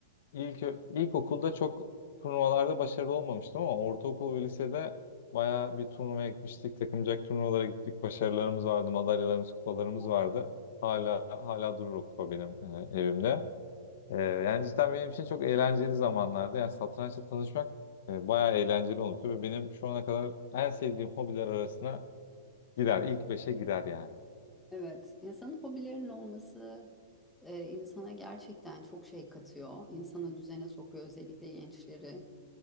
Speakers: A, on the left; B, in the centre.
A: ilk ilkokulda çok turnuvalarda başarılı olmamıştım ama ortaokul ve lisede bayağı bir turnuvaya gitmiştik. Takımcak turnuvalara gittik. Başarılarımız vardı, madalyalarımız, kupalarımız
B: Wow.
A: vardı. Hala hala durur o kupa benim e, evimde. Ee, yani cidden benim için çok eğlenceli zamanlardı. Yani satrançla tanışmak e, bayağı eğlenceli olmuştu ve benim şu ana kadar en sevdiğim hobiler arasına girer. İlk beşe girer yani.
B: Evet, insanın hobilerinin olması e, insana gerçekten çok şey katıyor. İnsanı düzene sokuyor, özellikle gençleri.